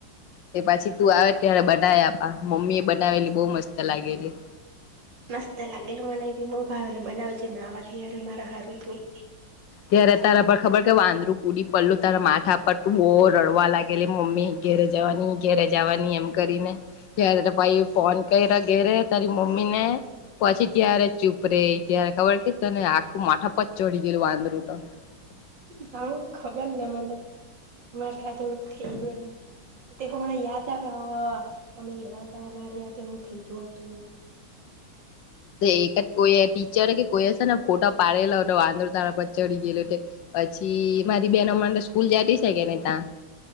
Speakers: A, on the left (about 70°); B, on the right (about 65°).
A: એ પછી તું આવે કે બનાવી આપ મમ્મી એ બનાવેલી બહ મસ્ત લાગેલી.
B: <inaudible> મસ્ત લાગેલું મને એ બી બહુ ભાવલું બનાવજે મે આવા તયરે મારા હારું તું.
A: ત્યારે તારા પણ ખબર કે વાંદરું કૂડી પડલું તારા માથા પર તું બહ રડવા લાગેલી મમ્મી. ઘેરે જવાની ઘેરે જવાની એમ કરીને ત્યારે ભાઈ ફોન કર્યા ઘેરે તારી મમ્મી. ને પછી ત્યારે ચૂપરે ત્યારે ખબર કે તને આખું માથા પર ચડી ગયું વાંદરું. <unintelligible>
B: હા ખબર ને મને. <unintelligible> ઠેલું એમ તે હુંમણાં યાદ આવ <unintelligible> અમે ગેલા હતા અમા હું થઈલું હતું હું.
A: એકદ કોઈ ટીચર કે કોઈ હશે ને ફોટા પાડેલો વાંદો ત પડી ગે પછી મારી બેનો હમનેં તો સ્કૂલ જતી છે, કે <unintelligible> ત્યાં.